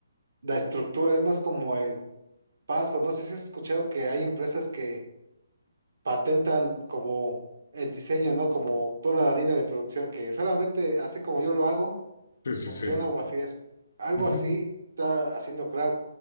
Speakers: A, on the right (about 75°); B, on the left (about 65°).
A: la estructura, es más como el paso. No sé si has escuchado que hay empresas que patentan como el diseño, ¿no? Como toda la línea de producción, que solamente así como yo lo hago
B: Sí, sí,
A: funciona
B: sí.
A: o así es. Algo
B: Ujú.
A: así está haciendo Crowd.